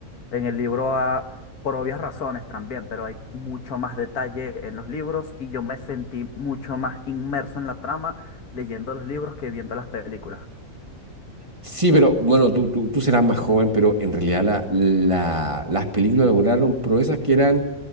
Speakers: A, on the left (about 70°); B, on the right (about 20°).
A: en el libro, ah, por obvias razones también, pero hay mucho más detalle en los libros y yo me sentí mucho más inmerso en la trama leyendo los libros que viendo las películas.
B: Sí, pero bueno, tú, tú, tú serás más joven, pero en realidad la, la- las películas lograron proezas que eran